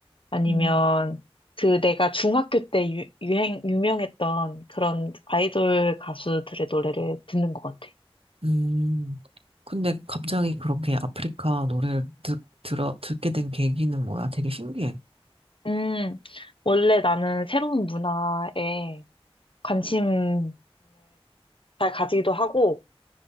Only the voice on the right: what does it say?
음.
음, 근데 갑자기 그렇게 아프리카 노래를 듣, 들어, 듣게 된 계기는 뭐야? 되게 신기해.